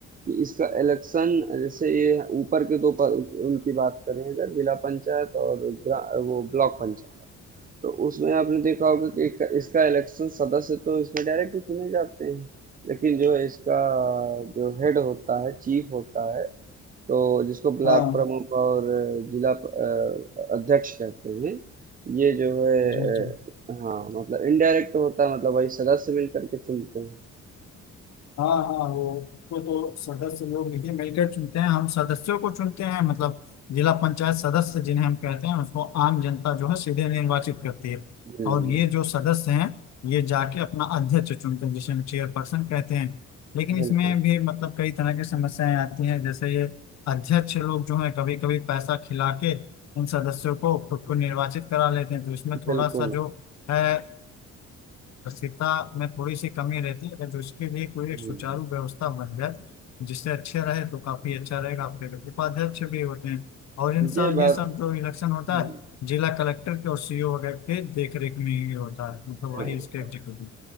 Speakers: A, on the right (about 30°); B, on the left (about 60°).
A: कि इसका इलेक्शन जैसे ये ऊपर के दो प- उनकी बात करें अगर जिला पंचायत और ग्रा- वो ब्लॉक पंचायत तो उसमें आपने देखा होगा कि इसका इसका इलेक्शन सदस्य तो इसमें डायरेक्ट चुने जाते हैं लेकिन जो है इसका जो हेड होता है चीफ होता है तो जिसको ब्लॉक
B: हाँ
A: प्रमुख और जिला प- अ, अध्यक्ष कहते हैं ये जो है
B: जी
A: अ,
B: जी
A: हाँ मतलब इनडायरेक्ट होता है मतलब वही सदस्य मिलकर के चुनते हैं
B: हाँ हाँ वो उसको तो सदस्य लोग मिलकर मिलकर चुनते हैं हम सदस्यों को चुनते हैं मतलब जिला पंचायत सदस्य जिन्हें हम कहते हैं उसको आम जनता जो है सीधे निर्वाचित करती है
A: हुँ,
B: और ये जो सदस्य हैं ये जाके अपना अध्यक्ष चुनते हैं जिसे हम चेयरपर्सन कहते हैं लेकिन
A: बिल्कुल,
B: इसमें भी मतलब कई तरह की समस्याएं आती हैं जैसे ये अध्यक्ष लोग जो है कभी कभी पैसा खिला के इन सदस्यों को खुद को निर्वाचित करा लेते हैं तो इसमें थोड़ा
A: बिल्कुल।
B: सा जो है पारदर्शिता में थोड़ी सी कमी रहती है अगर जो इसके लिए कोई
A: हुँ,
B: एक सुचारू व्यवस्था बन जाए जिससे अच्छे रहे तो काफी अच्छा रहेगा आपके लिए उपाध्यक्ष भी होते हैं और इन
A: ये
B: सब
A: बात
B: ये सब जो इलेक्शन होता
A: हुँ,
B: है जिला कलेक्टर के और सीईओ वगैरह के देख रेख में ही होता है मतलब
A: हाँ,
B: वही इसके एग्जीक्यूटिव